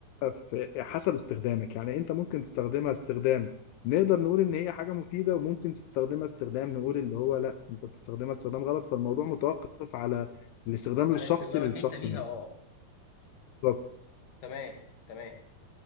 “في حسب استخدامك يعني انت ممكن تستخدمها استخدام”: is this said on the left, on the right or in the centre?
Left